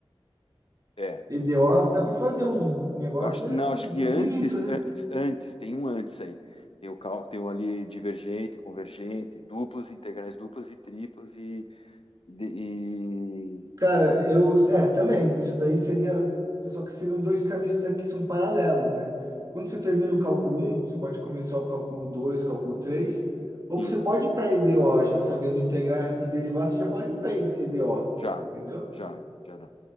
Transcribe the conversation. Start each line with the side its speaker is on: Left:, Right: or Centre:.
Left: É.
Right: EDOs dá para fazer um negócio
Left: Eu acho, não,
Right: é,
Left: acho que
Right: infinito,
Left: antes,
Right: né?
Left: antes, antes, tem um antes aí. Tem o cálculo, tem um ali divergente, convergente, duplas, integrais duplas e triplas e, de- e-
Right: Cara, eu. É, também. Isso daí seria. Só que seriam dois caminhos que daqui são paralelos, né? Quando você termina o cálculo um você pode começar o cálculo 2 cálculo três Ou
Left: sim,
Right: você pode ir para EDO já sabendo integrar e derivar, você já pode ir para EDO,
Left: já,
Right: entendeu?
Left: já, já dá.